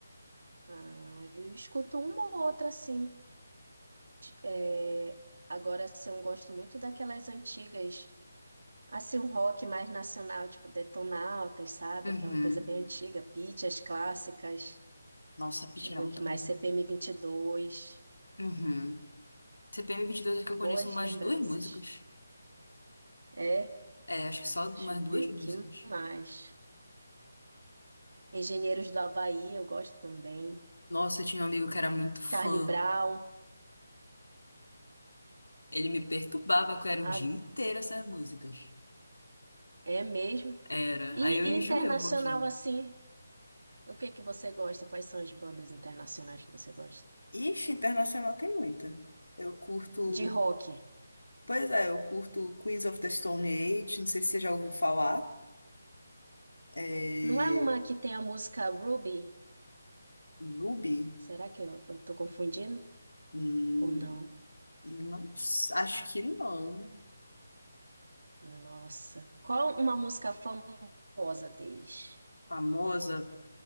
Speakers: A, on the right; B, on the left.
A: Ah, eu escuto uma ou outra assim. É, agora, assim, eu gosto muito daquelas antigas, assim, um rock mais nacional, tipo Detonautas, sabe?
B: Uhum.
A: Aquela coisa bem antiga, Pitty, as clássicas.
B: Nossa, Pitch
A: Deixa eu
B: era
A: ver
B: muito
A: o que mais,
B: bom.
A: CPM dois
B: Uhum. C P M 22, é que eu
A: boas
B: conheço umas
A: lembranças.
B: duas músicas.
A: É,
B: É, acho que só umas
A: deixa eu ver
B: duas
A: o
B: músicas.
A: que mais. Engenheiros do Havaí, eu gosto também.
B: Nossa, eu tinha um amigo que era muito fã.
A: Charlie Brown,
B: Ele me perturbava, que era o
A: ah,
B: dia inteiro essas músicas.
A: é mesmo.
B: Era.
A: E,
B: Aí eu
A: e
B: enjoei
A: internacional,
B: um pouquinho.
A: assim, o que que você gosta? Quais são as bandas internacionais que você gosta?
B: Ixi, internacional tem muita. Eu curto.
A: De rock.
B: Pois é, eu curto Queens of the Stone Age, não sei se você já ouviu falar. É...
A: Não é uma que tem a música Ruby?
B: Ruby?
A: Será que eu, eu tô confundindo?
B: Hum,
A: Ou não?
B: não, s- acho que não.
A: Nossa. Qual uma música famosa deles?
B: Famosa.